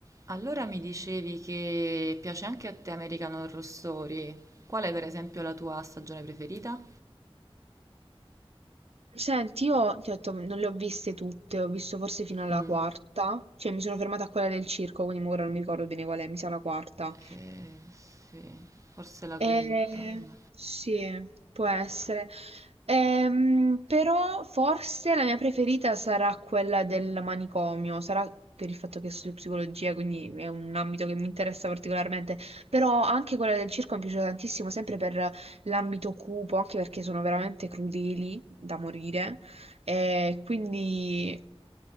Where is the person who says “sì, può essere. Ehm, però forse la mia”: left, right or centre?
Right